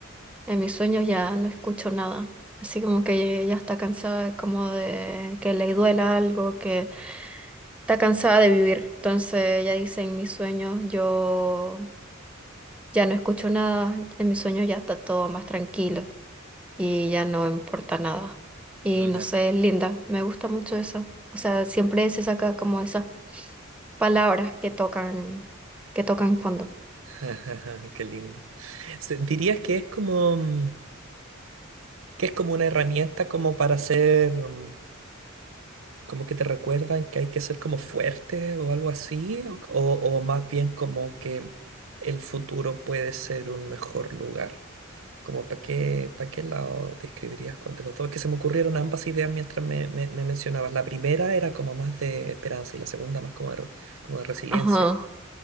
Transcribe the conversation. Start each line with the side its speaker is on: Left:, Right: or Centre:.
Centre: en mis sueños ya no escucho nada, así como que ella está cansada como de que le duela algo, que está cansada de vivir, entonces ella dice en mis sueños yo ya no escucho nada, en mis sueños ya está todo más tranquilo y ya no importa nada. Y
Right: Ajá,
Centre: no sé, es linda, me gusta mucho eso. O sea, siempre se saca como esas palabras que tocan, que tocan fondo.
Right: ajá, <laughs> Qué lindo. Se- ¿Dirías que es como mm, que es como una herramienta como para ser mm, como que te recuerdan que hay que ser como fuerte o algo así? O, o o más bien como que el futuro puede ser un mejor lugar. Como para qué, para qué lado describirías cuál de los dos. Es que se me ocurrieron ambas ideas mientras me, me, me mencionabas. La primera era como más de esperanza y la segunda más como de, re- como de resiliencia.
Centre: Ajá.